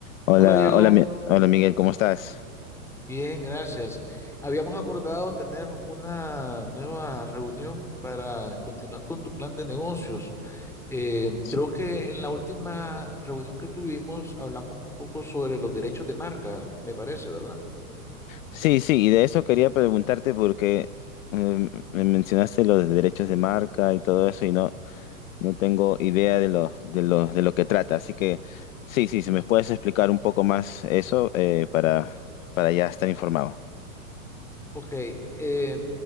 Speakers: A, on the left (about 60°); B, in the centre.
A: Hola,
B: Hola Diego,
A: hola, Mi- hola Miguel, ¿cómo estás?
B: bien, gracias. Habíamos acordado tener una nueva reunión para continuar con tu plan de negocios. Eh,
A: Sí,
B: creo que en la última reunión que tuvimos hablamos un poco sobre los derechos de marca, me parece, ¿verdad?
A: sí, sí, y de eso quería preguntarte porque eh, me mencionaste los derechos de marca y todo eso y no, no tengo idea de lo, de lo, de lo que trata, así que sí, sí, si me puedes explicar un poco más eso eh, para, para ya estar informado.
B: Ok, eh,